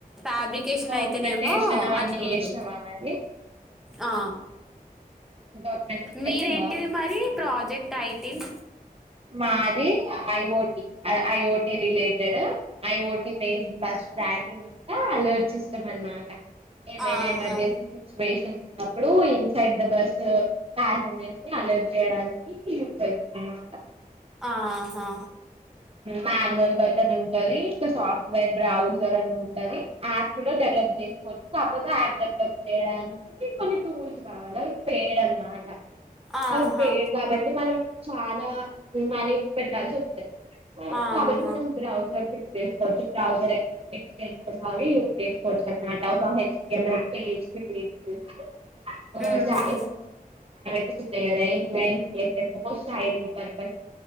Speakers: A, in the centre; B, on the right (about 40°).
A: ఫ్యాబ్రికేషన్
B: డాక్యుమెంటేషన్
A: అయితేనేమో
B: అవన్నీ
A: అట్లుండు
B: చేసినావా మరి
A: ఆ
B: డాక్యుమెంటేషన్
A: మీరేంటిది
B: అయిపోయిందా
A: మరి ప్రాజెక్ట్ అయి టీన్
B: మాది ఐఓ IoT related IoT based bus tracking ఆ అలర్ట్స్ ఇస్తాం అన్నమాట ఏమైనా
A: ఆహా
B: ఎమర్జెన్సీ సిచ్యువేషన్స్ ఉన్నప్పుడు inside the bus passengers alert చేయడానికి యూస్ అయితుందనమాట
A: ఆహా
B: మాన్వల్ బటన్ ఉంటది ఇంకా సాఫ్ట్వేర్ బ్రౌజర్ అని ఉంటది ది యాప్ లో డెవలప్ చేసుకోవచ్చు కాకపోతే యాప్ డెవలప్ చేయడానికి కొన్ని టూల్స్ వాళ్ళది పెయిడన్మాటా
A: ఆహా
B: అది పెయిడ్ కాబట్టి మనం చాలా <unintelligible> పెట్టాల్సి వస్తది
A: ఆహా
B: కాబట్టి మనం బ్రౌజర్ <unintelligible> చేసుకోవచ్చు బ్రౌజర్ <unintelligible> కొంచెం. <unintelligible>
A: ఉహు,
B: ఇయాల మిరపకాయ చేసిన చంట <unintelligible> క్లాస్టైడింగ్ పర్పస్